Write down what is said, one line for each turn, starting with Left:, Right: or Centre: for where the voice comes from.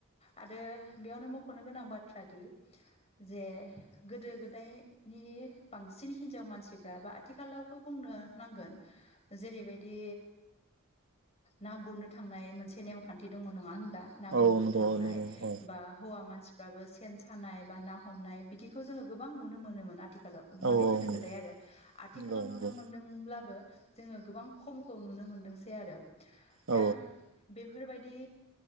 Left: आरो बेयावनो मख'नो गोनां बाथ्रा दि जे गोदो गोदायनि बांसिन बांसिन हिनजाव मानसिफ्राबो आथिखालावबो बुंनो नांगोन जेरैबायदि ना गुरनो थांनाय मोनसे नेमखान्थि दङ नङा होनब्ला ना गुरनो
Right: औ नंगौ औ
Left: थांनाय।
Right: नंगौ औ
Left: बा हौवा मानसिफ्राबो सेन सानाय बा ना हमनाय बिदिखौ जोङो गोबां नुनो मोनोमोन आरो आथिखालाव माने
Right: औ
Left: गोदो
Right: नंगौ
Left: गोदाय आरो आथिखालाव
Right: नंगौ
Left: नुनो
Right: नंगौ
Left: मोनदोंब्लाबो जोङो गोबां खमखौ नुनो मोनदोंसै आरो
Right: औ
Left: दा बे बेफोरबायदि